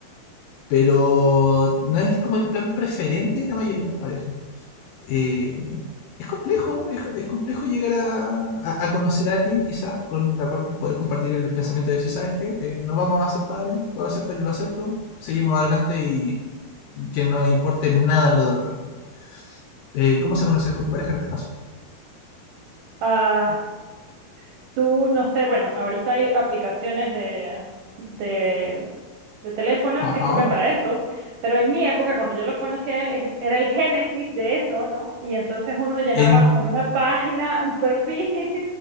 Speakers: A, on the left (about 75°); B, on the right (about 75°).
A: pero no es como el plan preferente de la mayoría de las parejas. Eh, es complejo, es, es complejo llegar a, a- a conocer a alguien quizás con la cual poder compartir el pensamiento de decir, ¿sabes qué? Eh, no vamos a ser padres, tú lo aceptas, yo lo acepto, seguimos adelante y que no importe nada lo del resto. Eh, ¿cómo se conoció con tu pareja en este caso?
B: Ah, Tú, no sé, bueno, ahorita hay aplicaciones de, de, de teléfono
A: Ajá.
B: que sirven para eso, pero en mi época, cuando yo lo conocí a él, es- era el génesis de eso, ¿no? Y entonces uno llenaba
A: En,
B: en una página un perfil